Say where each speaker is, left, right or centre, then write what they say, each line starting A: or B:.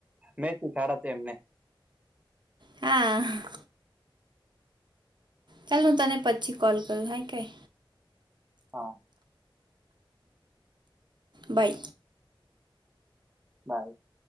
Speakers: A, on the right; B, on the right.
A: મેંથી <unintelligible> એમને.
B: હા. ચાલ હું તને પછી કોલ કરું હા કઈ.
A: હા
B: બાઇ.
A: <inaudible>